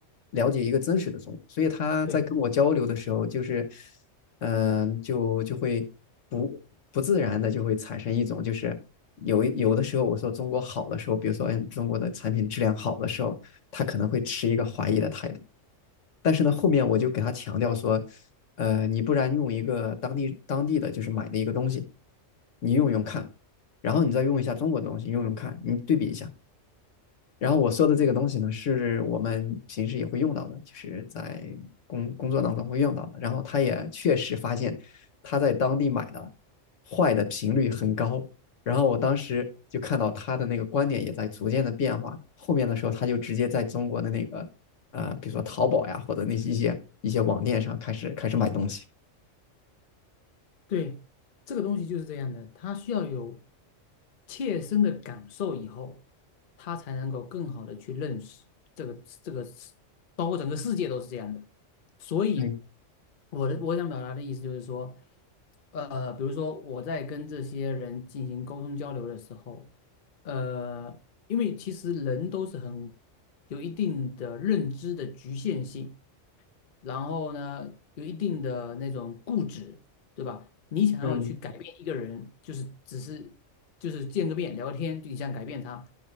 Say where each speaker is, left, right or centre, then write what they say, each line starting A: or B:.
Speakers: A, on the left (about 75°); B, on the left (about 50°).
A: 了解一个真实的中国，所以他在跟我交流的时候，
B: 对。
A: 就是嗯、呃就就会不不自然的就会产生一种就是有一有的时候我说中国好的时候，比如说嗯哎中国的产品质量好的时候，他可能会持一个怀疑的态度。但是呢，后面我就给他强调说，呃，你不然用一个当地当地的就是买的一个东西，你用用看，然后你再用一下中国的东西，用用看，你对比一下。然后我说的这个东西呢，是我们平时也会用到的，就是在工工作当中会用到的。然后他也确实发现他在当地买的坏的频率很高。然后我当时就看到他的那个观点也在逐渐的变化。后面的时候，他就直接在中国的那个呃，比如说淘宝呀，或者那些一些一些网店上开始开始买东西。
B: 对，这个东西就是这样的，他需要有切身的感受以后，他才能够更好的去认识这个这个世，包括整个世界都是这样的。所以，
A: 嗯
B: 我的我想表达的意思就是说，呃，比如说我在跟这些人进行沟通交流的时候，呃，因为其实人都是很有一定的认知的局限性。然后呢，有一定的那种固执，对吧？你想要去改变一个人，
A: 嗯
B: 就是只是就是见个面聊天，就你想改变他，